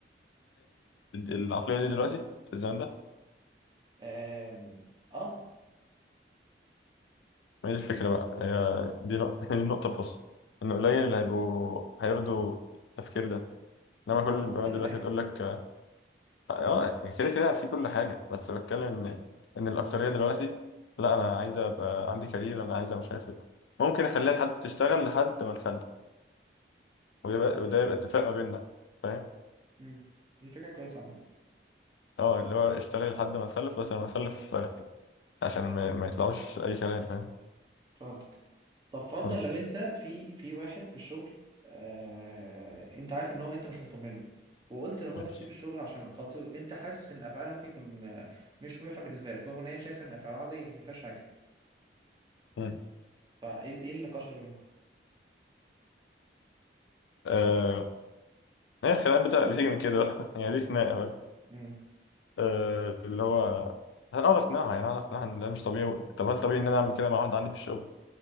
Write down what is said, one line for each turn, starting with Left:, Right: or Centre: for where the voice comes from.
Left: العقلية دي دلوقتي في الزمن ده؟
Right: آم، اه
Left: ما هي دي الفكرة بقى هي دي نق... <laughs> دي النقطة الفاصلة إن قليل اللي هيبقوا هيرضوا التفكير ده
Right: بس
Left: إنما
Right: اظن
Left: كل البنات
Right: ممكن
Left: دلوقتي
Right: الاقي
Left: هتقول لك آه كده كده في كل حاجة بس بتكلم إن إن الأكترية دلوقتي لا أنا عايزة أبقى عندي كارير أنا عايزة مش عارف إيه ممكن أخليها لحد تشتغل لحد ما نخلف ويبقى
Right: حد يفكر
Left: وده يبقى اتفاق ما بيننا فاهم
Right: امم دي فكرة كويسة عامة
Left: اه اللي هو اشتغل لحد ما نخلف بس لما نخلف آه، عشان ما, ما يطلعوش أي كلام فاهم
Right: فهمتك طب فرضا
Left: خلاص
Right: لو انت في في واحد في الشغل آه انت عارف ان هو انت مش مطمن له وقلت لمراتك
Left: ماشي
Right: تسيب الشغل عشان خاطر انت حاسس ان افعاله ممكن يكون آه، مش مريحه بالنسبه لك رغم ان هي شايفه ان افعاله عاديه ما فيهاش حاجه
Left: مم.
Right: فايه ايه النقاش اللي بينكم
Left: آه، هي الخناقات بتاع- بتيجي من كده بقى <laughs> يعني دي خناقة
Right: امم
Left: آه، اللي هو هقدر اقنعها يعني هقدر اقنعها ان ده مش طبيعي طب هل طبيعي ان انا اعمل كده مع واحد عندي في الشغل